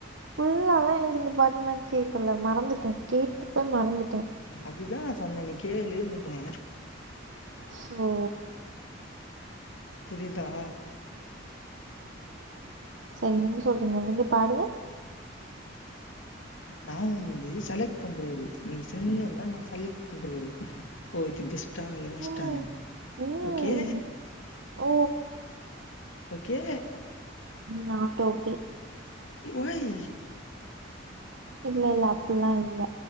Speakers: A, on the right (about 65°); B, on the left (about 75°).
A: ஃபுல்லாதா எனக்கு இந்த பாட்டு நா கேட்கல மறந்துட்டேன் கேட்டுப்போய் மறந்துட்டேன்
B: அதுதா நா சொன்னேன் நீ கேளுன்னே
A: சோ
B: புரிதா
A: சரி நீங்க சொல்லுங்க நீங்க பாடுங்க
B: நா வந்து செலக்ட் பண்றவரு நீங்க சிங்கர்னா நா செலக்ட் பண்றவரு ஓ இது பெஸ்ட்டா இல்ல வொஸ்டானு
A: ம் ம்
B: ஓகே
A: ஓ
B: ஓகே
A: ம் நாட்டோக்கே
B: ஒய்
A: இல்ல இல்ல அப்டிலா இல்ல